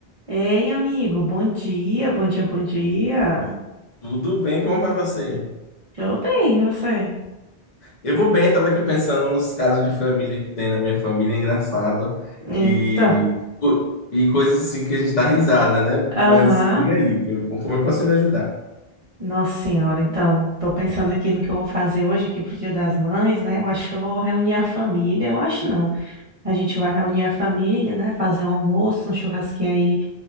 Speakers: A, on the right; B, on the left.
A: Ei, amigo, bom dia, bom dia, bom dia.
B: Tudo bem, como vai você?
A: Tudo bem, e você?
B: Eu vou bem, estava aqui pensando nos casos de família que tem na minha família, é engraçado,
A: Então,
B: e, co- e coisas assim que a gente dá risada, né?
A: aham.
B: Mas diga aí, eu- como eu posso lhe ajudar?
A: Nossa senhora, então, tô pensando aqui no que eu vou fazer hoje aqui pro Dia das Mães, né? Eu acho que eu vou reunir a família, eu acho não. A gente vai reunir a família, né? Fazer um almoço, um churrasquinho aí